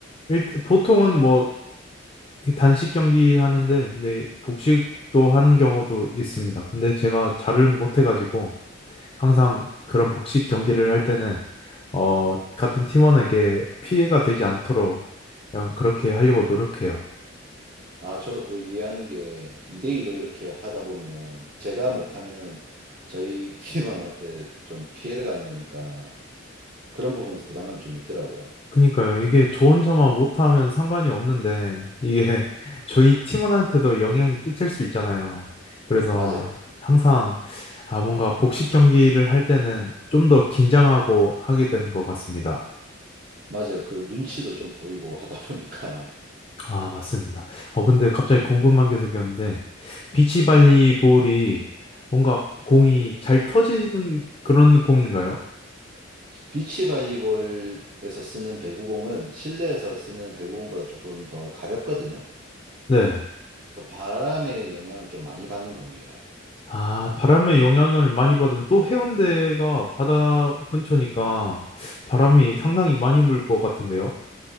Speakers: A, on the left; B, on the right.
A: 일, 보통은 뭐이 단식 경기 하는데, 네, 복식도 하는 경우도 있습니다. 근데 제가 잘은 못해가지고. 항상 그런 복식 경기를 할 때는 어, 같은 팀원에게 피해가 되지 않도록 약간 그렇게 하려고 노력해요.
B: 아, 저도 그거 이해하는 게 2대2로 이렇게 하다 보면 제가 못하면 저희 <laughs> 팀원한테 좀 피해를 가는 거니까 그런 부분에서 부담감이 좀 있더라고요.
A: 그니까요. 이게 저 혼자만 못하면 상관이 없는데 이게 <laughs> 저희 팀원한테도 영향이 끼칠 수 있잖아요. 그래서
B: 맞아요.
A: 항상 아, 뭔가 복식 경기를 할 때는 좀 더 긴장하고 하게 되는 것 같습니다.
B: 맞아요. 그 눈치도 좀 보이고 하다 보니까.
A: 아, 맞습니다. 어, 근데 갑자기 궁금한 게 생겼는데, 비치발리볼이
B: 네.
A: 뭔가 공이 잘 터지는 그런 공인가요?
B: 비치 발리볼에서 쓰는 배구공은 실내에서 쓰는 배구공보다 조금 더 가볍거든요.
A: 네.
B: 그래서 바람의 영향을 좀 많이 받는 공이에요.
A: 아, 바람의 영향을 많이 받으면 또 해운대가 바다 근처니까 바람이 상당히 많이 불 것 같은데요.